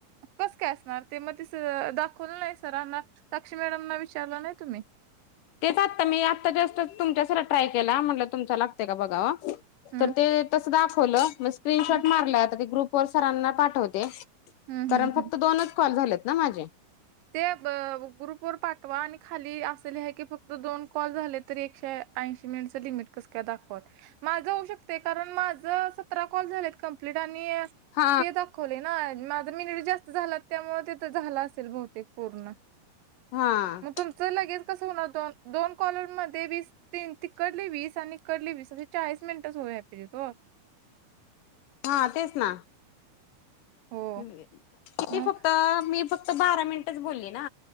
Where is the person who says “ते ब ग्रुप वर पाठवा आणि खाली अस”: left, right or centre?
Right